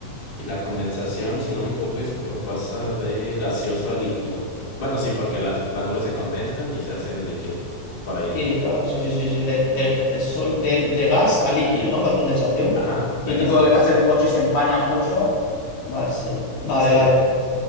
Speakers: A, on the left; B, on the left.
A: y la condensación, si no me equivoco, es cuando pasa de gaseoso a líquido. Bueno, sí, porque las, las nubes se condensan y se hacen líquido. Por ahí.
B: Sí, claro, sí, sí, sí, sí, de, de, de, sol- de, de gas a líquido, ¿no? De condensación.
A: Ajá, de
B: Sí, tipo
A: gas a líquido.
B: que estás en el coche y se empaña mucho. Vale, sí, vale,
A: Sí.
B: vale.